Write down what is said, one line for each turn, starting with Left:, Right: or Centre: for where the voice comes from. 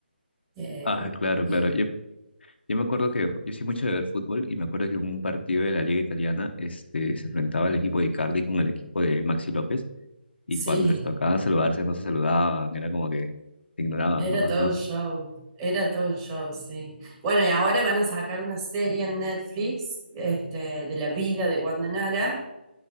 Right: Eh,
Left: Ah, claro,
Right: y
Left: claro. Yo, yo me acuerdo que yo soy mucho de ver fútbol y me acuerdo que en un partido de la Liga Italiana, este, se enfrentaba el equipo de Icardi con el equipo de Maxi López y
Right: sí,
Left: cuando les tocaba saludarse no se saludaban, era como que se ignoraban
Right: era
Left: nomás,
Right: todo
Left: ¿no?
Right: un show, era todo un show, sí. Bueno, y ahora van a sacar una serie en Netflix, este, de la vida de Wanda Nara